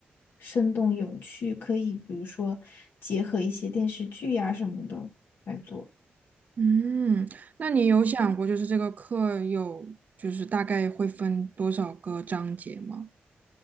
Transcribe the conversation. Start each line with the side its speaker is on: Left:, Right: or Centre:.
Left: 生动有趣，可以比如说结合一些电视剧呀、什么的来做。
Right: 嗯，那你有想过，就是这个课有，就是大概会分多少个章节吗？